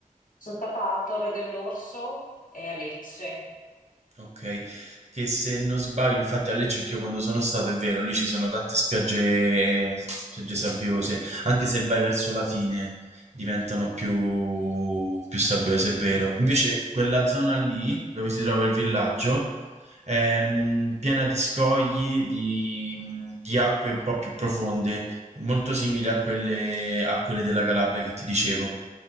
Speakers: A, on the left (about 75°); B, on the right (about 55°).
A: Sono stata a Torre dell'Orso e a Lecce.
B: Ok, che se non sbaglio, infatti a Lecce anch'io quando sono stato, è vero, lì ci sono tante spiagge, spiagge sabbiose, anche se vai verso la fine diventano più, più sabbiose, è vero. Invece quella zona lì, dove si trova il villaggio, è mm, piena di scogli, di, mm, di acque un po' più profonde, molto simili a quelle, a quelle della Calabria che ti dicevo,